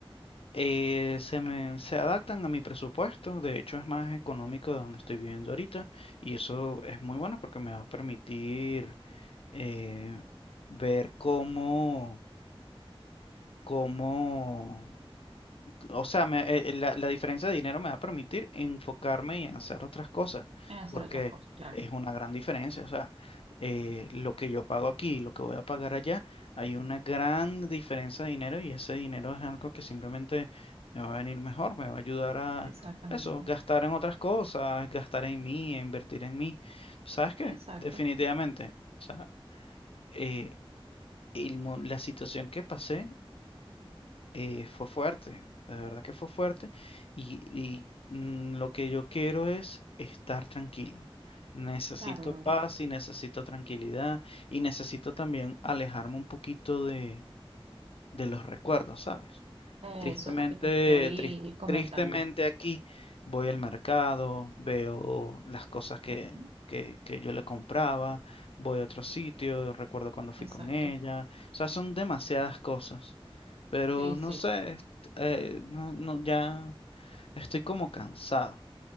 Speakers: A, on the left; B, on the right.
A: eh, se me, se adaptan a mi presupuesto, de hecho es más económico de donde estoy viviendo ahorita y eso es muy bueno porque me va a permitir eh, ver cómo, cómo o sea, me- eh, eh, la, la diferencia de dinero me va a permitir enfocarme y en hacer otras cosas,
B: en hacer
A: porque
B: otras cosas, claro.
A: es una gran diferencia. O sea, eh, lo que yo pago aquí y lo que voy a pagar allá, hay una gran diferencia de dinero y ese dinero es algo que simplemente me va a venir mejor, me va a ayudar a
B: Exactamente,
A: eso, gastar en otras cosas, gastar en mí, invertir en mí. ¿Sabes qué?
B: exacto,
A: Definitivamente, o sea, eh, el mo- la situación que pasé eh, fue fuerte, la verdad que fue fuerte y, y, mm, lo que yo quiero es estar tranquilo. Necesito
B: claro, Gabriel.
A: paz y necesito tranquilidad y necesito también alejarme un poquito de, de los recuerdos, ¿sabes?
B: Eso
A: Tristemente,
B: es lo que te estoy
A: tris-
B: comentando.
A: tristemente aquí voy al mercado, veo las cosas que,
B: Ujú,
A: que, que yo le compraba, voy a otro sitio, recuerdo cuando fui
B: Exacto.
A: con ella, o sea, son demasiadas cosas. Pero
B: Sí,
A: no
B: sí,
A: sé, eh, no, no, ya estoy como cansado.